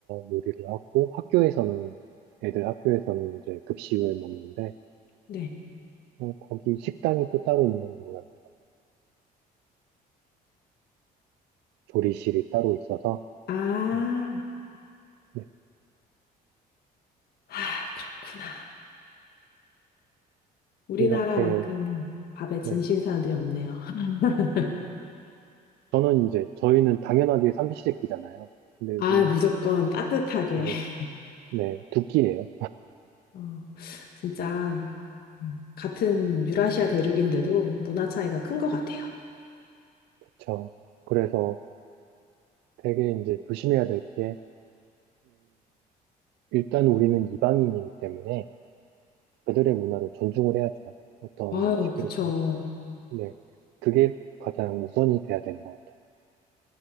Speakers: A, on the right; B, on the left.
A: 요리를 하고 학교에서는 애들 학교에서는 이제 급식을 먹는데
B: 네.
A: 어, 거기 식당이 또 따로 있는 모양이다. 조리실이 따로 있어서
B: 아,
A: 음, 네.
B: 아, 그렇구나. 우리나라만큼
A: 이렇게
B: 밥에 진심인
A: 네.
B: 사람들이 없네요. <laughs>
A: 저는 이제 저희는 당연하게 삼시세끼잖아요. 근데
B: 아,
A: 여기는
B: 무조건 따뜻하게.
A: 네.
B: <laughs>
A: 네. 두 끼예요.
B: 어, 진짜. 음, 같은 유라시아 대륙인데도 문화 차이가 큰 것 같아요.
A: 그렇죠. 그래서 되게 이제 조심해야 될게 일단 우리는 이방인이기 때문에 그들의 문화를 존중을 해야죠. 어떤
B: 아유,
A: 식으로든.
B: 그쵸.
A: 네. 그게 가장 우선이 돼야 되는 것 같아요.